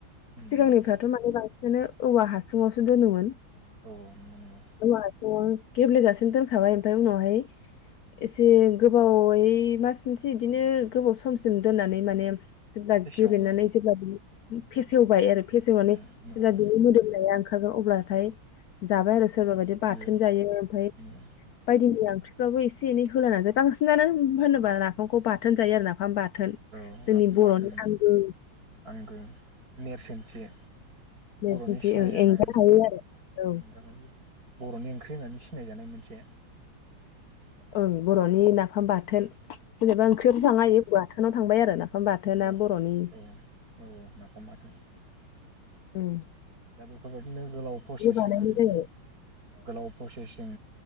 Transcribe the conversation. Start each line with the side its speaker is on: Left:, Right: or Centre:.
Right: उम
Left: सिगांनिफ्राथ'
Right: उम
Left: माने बां बिनो औवा हासुङावसो दोनोमोन।
Right: औ नंगौ नंगौ
Left: औवा हा अ गेब्लेेजासिम दोनखाबाय ओमफाय उनावहाय एसे गोबावै
Right: उम,
Left: मास मोनसे इदिनो गोबाव समसिम दोननानै माने। जेब्ला
Right: फेसेवो
Left: गेब्लेनानै
Right: उम,
Left: जेब्ला बियो फेसेवबाय आरो फेसेवनानै।
Right: औ
Left: जेब्ला
Right: औ
Left: बिनि मोदोमनाया ओंखारगोन अब्लाथाय जाबाय आरो सोरबा
Right: बे
Left: बायदि बाथोन
Right: बेयो
Left: जायो ओमफाय
Right: नंगौ।
Left: बायदिमैया ओंख्रि बाबो एसे एनै होलानानै बांसिनानो होनोबा नाफामखौ बाथोन जायो आरो नाफाम बा थोन
Right: औ
Left: जोंनि
Right: नाफाम
Left: बर'नि
Right: बाथोन
Left: आंगो
Right: आंगो नेरसोनथि
Left: <unintelligible>
Right: बर'नि सिनायजानाय
Left: ओं एंगार हायो आरो औ
Right: एंगारहायि बर'नि। ओंख्रि होनानै सिनायजानाय मोनसे।
Left: ओं बर'नि नाफाम बाथोन। जेनेबा
Right: उम,
Left: ओंख्रियावबो जानो हायो। बाथोनाव थांबाय आरो ना। ना बाथोना
Right: औ
Left: बर'नि।
Right: औ औ नाफाम बाथोन
Left: उम।
Right: दा बेफोरबायदिनो गोलाव प्रसेसजोंं
Left: बानायनाय जायो
Right: ओं गोलाव प्रसेसजों